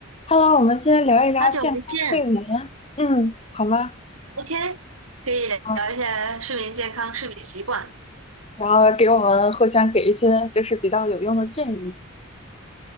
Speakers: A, on the left; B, on the right.
A: Hello，我们先聊一聊健康睡眠，
B: 好久不见
A: 嗯，好吗？
B: ，OK，可以聊一下睡眠健康、
A: 好，
B: 睡眠习惯。
A: 然后给我们互相给一些就是比较有用的建议。